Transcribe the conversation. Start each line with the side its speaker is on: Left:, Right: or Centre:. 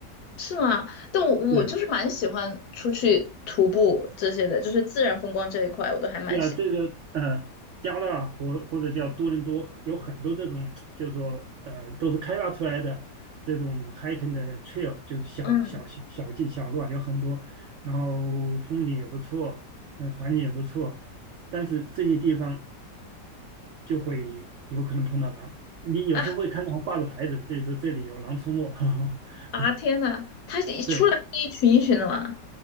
Left: 是吗？但我我就是蛮喜欢出去徒步这些的，
Right: 对。
Left: 就是自然风光这一块，我都还蛮喜欢
Right: 对啊，这个呃，加拿大或或者叫多伦多有很多这种，就是说呃，都是开发出来的这种 hiking 的 trail，就是小小小小径小路啊，
Left: 嗯，
Right: 有很多，然后风景也不错，那环境也不错，但是这些地方就会有可能碰到狼，你有时候会看到挂着牌子，
Left: 啊
Right: 这说这里有狼出没，<laughs>
Left: 啊天呐，它是一出来一群一群的嘛，
Right: 对。